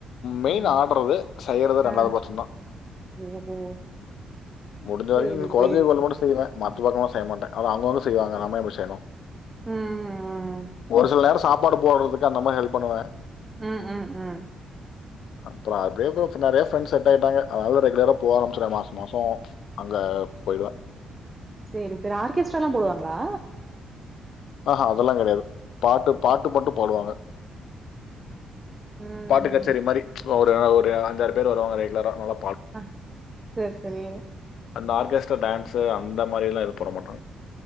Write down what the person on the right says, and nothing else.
ம்
ஆ
ஓஹோ
சேரி
சேரி
ம் ம்
ம் ம் ம்
சேரி சேரி ஆர்கெஸ்ட்ரால்லா போடுவாங்களா
ம்
ம்
அ சேர் சேரி